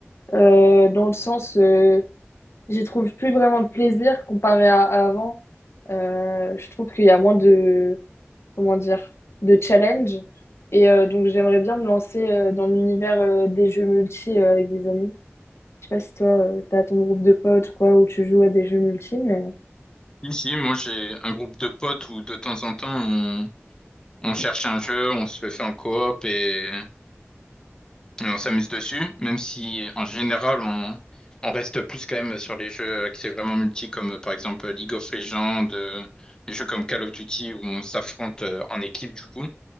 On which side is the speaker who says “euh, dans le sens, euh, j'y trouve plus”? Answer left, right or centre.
Left